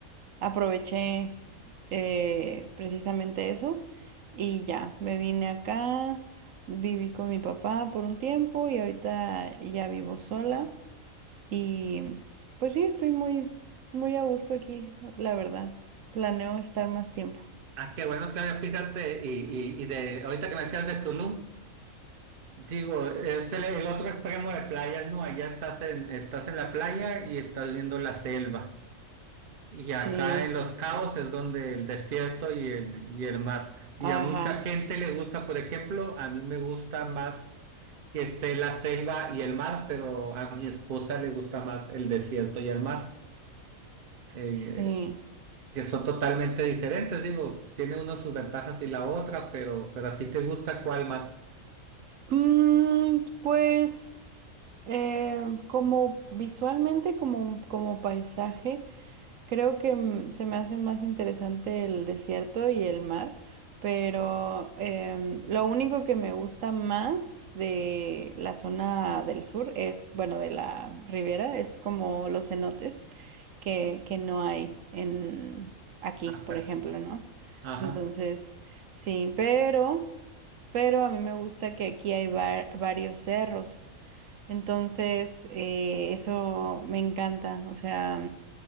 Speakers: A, on the right (about 70°); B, on the right (about 45°).
A: aproveché eh, precisamente eso y ya, me vine acá, viví con mi papá por un tiempo y ahorita ya vivo sola y pues sí, estoy muy, muy a gusto aquí, la verdad. Planeo estar más tiempo.
B: ah, qué bueno, Claudia, fíjate, y, y, y de ahorita que me decías de Tulum. Digo, es el, el otro extremo de playas, ¿no? Allá estás en, estás en la playa y estás viendo la selva. Y acá
A: Sí,
B: en Los Cabos es donde el desierto y el, y el mar. Y
A: ajá,
B: a mucha gente le gusta, por ejemplo, a mí me gusta más que esté la selva y el mar, pero a mi esposa le gusta más el desierto y el mar, eh,
A: sí.
B: que son totalmente diferentes. Digo, tiene uno sus ventajas y la otra, pero, pero a ti te gusta cuál más
A: Mm, pues eh, como visualmente, como, como paisaje, creo que mm, se me hace más interesante el desierto y el mar, pero em, lo único que me gusta más de la zona del sur es, bueno, de la ribera, es como los cenotes que, que no hay en aquí,
B: acá.
A: por ejemplo, ¿no?
B: Ajá.
A: Entonces, sí, pero pero a mí me gusta que aquí hay va- varios cerros, entonces eh, eso me encanta, o sea,